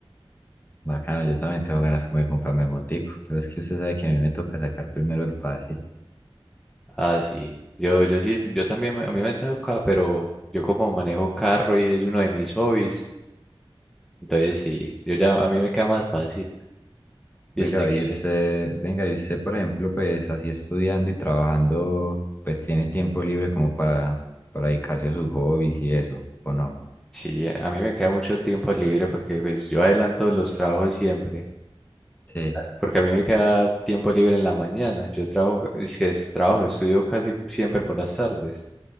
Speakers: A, on the left; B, in the centre.
A: Bacano, yo también tengo ganas como de comprarme motico, pero es que usted sabe que a mí me toca sacar primero el pase.
B: Ah, sí. Yo, yo sí, yo también, me- a mí me toca, pero yo como manejo carro y es uno de mis hobbies, entonces sí, yo ya, a mí me queda más fácil. ¿Y
A: Oiga,
B: usted
A: y
B: qué?
A: usted, venga, y usted, por ejemplo, pues así estudiando y trabajando, pues tiene tiempo libre como para, para dedicarse a sus hobbies y eso, ¿o no?
B: Sí, a a mí me queda mucho tiempo libre porque pues yo adelanto los trabajos siempre.
A: Sí.
B: porque a mí me queda tiempo libre en la mañana. Yo trabajo, es que es trabajo, estudio casi siempre por las tardes.